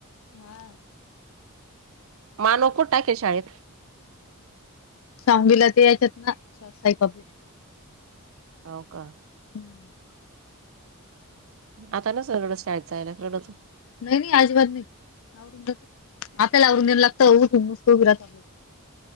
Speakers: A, on the left; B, on the right.
A: हा
B: मानो कॊठाक शाळेत
A: सांला ते याच्यात ना साई पबली
B: हाव का
A: हम्म
B: आता नसल रडत शाळेत जायला रडतच
A: नाही, नाही अजिबात नाही आवरु आपल्याला आवरून द्यायला लागतं विराजच